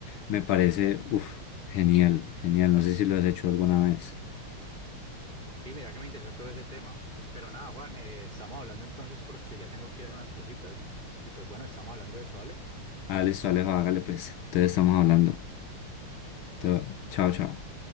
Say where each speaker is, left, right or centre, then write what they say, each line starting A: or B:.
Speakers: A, on the left; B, on the right.
A: me parece, uff, genial, genial, no sé si lo has hecho alguna vez.
B: Sí, mira que me interesa todo ese tema. Pero nada, Juan, eh, estamos hablando entonces porque ya tengo que ir a hacer unas cositas. Y pues bueno, estamos hablando de eso, ¿vale?
A: Ah, listo, Alejo, hágale pues. Entonces estamos hablando. Todo- Chao, chao.